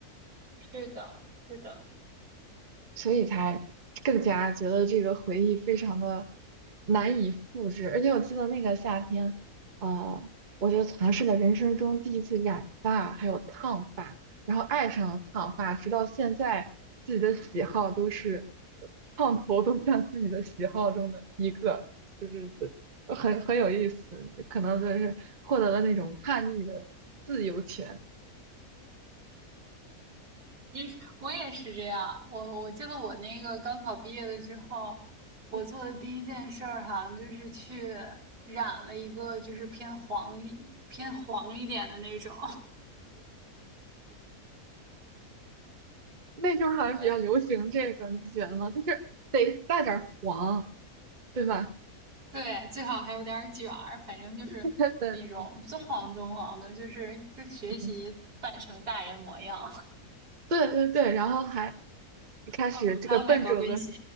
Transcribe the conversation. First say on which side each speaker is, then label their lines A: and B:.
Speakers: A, on the right; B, on the right.
A: 是的，是的，
B: 所以才更加觉得这个回忆非常的难以复制。而且我记得那个夏天，呃，我就尝试了人生中第一次染发，还有烫发，然后爱上了烫发，直到现在自己的喜好都是呃烫头，都像自己的喜好中的一个，就是呃很很有意思，可能就是获得了那种叛逆的自由权。
A: 其实我也是这样。我我记得我那个高考毕业了之后，我做的第一件事儿好像就是去染了一个就是偏黄一偏黄一点的那种，
B: 嗯那时候好像比较流行这个，
A: <laughs> 对
B: 你不觉得吗？就是得带点儿黄，对吧？
A: 对，最好还有点儿卷儿，反正就是那种棕黄棕黄的，
B: <laughs> 对对对，
A: 就是在学习扮成大人模样。
B: 嗯，对对对，然后还开始这个笨拙的
A: 哦，还要买高跟鞋。